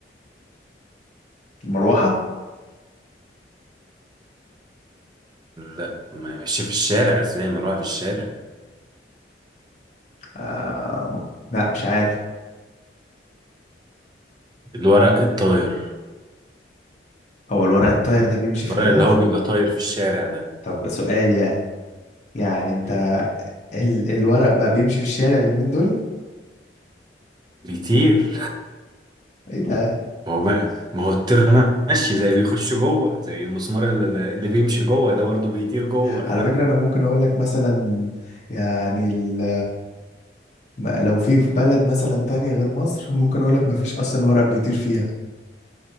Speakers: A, on the left (about 40°); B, on the right (about 25°).
A: مروحة
B: لا ما ماشي في الشارع ازاي ما اروح في الشارع
A: آه... لا مش عارف
B: الورق الطاير
A: هو الورق الطاير ده بيمشي
B: الورق
A: في اللهف
B: اللي هو بيبقى طاير في الشارع ده
A: طب سؤال يعني يعني انت
B: ايه
A: ال... الورق بقى بيمشي في الشارع اليومين دول
B: بيطير
A: ايه ده
B: <laughs> ما هو ما, ما هو الطير ده ماشي زي بيخش جوه زي المسمار اللي, اللي بيمشي جوه ده برضه بيطير جوه
A: على فكرة أنا ممكن أقول لك مثلا يعني ال- م- لو في في بلد مثلا تانية غير مصر ممكن أقول لك مفيش أصلا ورق بيطير فيها